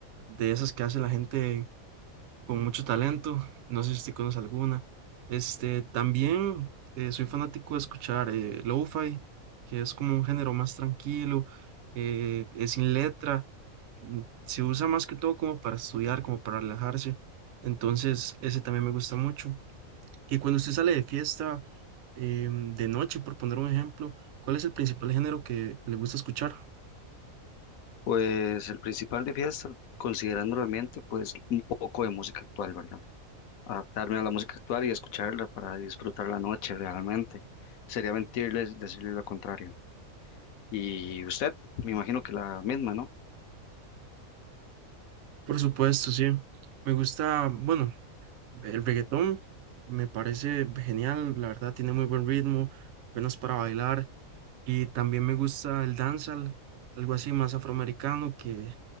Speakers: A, on the right (about 80°); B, on the left (about 80°).
A: de esas que hace la gente con mucho talento. No sé si usted conoce alguna. Este, también eh, soy fanático de escuchar eh, lo-fi, que es como un género más tranquilo, eh, es sin letra, mm, se usa más que todo como para estudiar, como para relajarse. Entonces, ese también me gusta mucho. Y cuando usted sale de fiesta, em, de noche, por poner un ejemplo, ¿cuál es el principal género que le gusta escuchar?
B: Pues el principal de fiesta, considerando el ambiente, pues un poco de música actual, ¿verdad? Adaptarme a la música actual y escucharla para disfrutar la noche realmente. Sería mentirles decirles lo contrario. Y usted, me imagino que la misma, ¿no?
A: Por supuesto, sí. Me gusta, bueno, El reggaetón me parece genial, la verdad tiene muy buen ritmo, buenas para bailar y también me gusta el dancehall, algo así más afroamericano que,